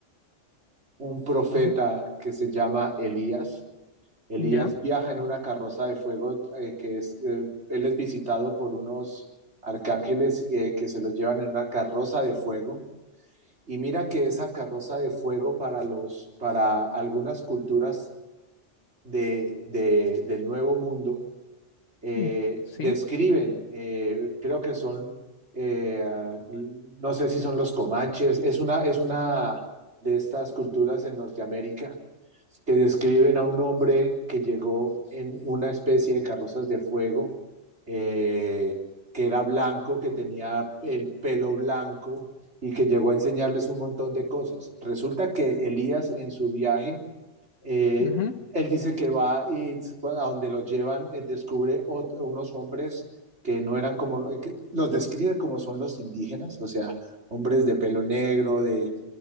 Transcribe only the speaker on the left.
ujú,
Ya.
mm, Sí.
ujú,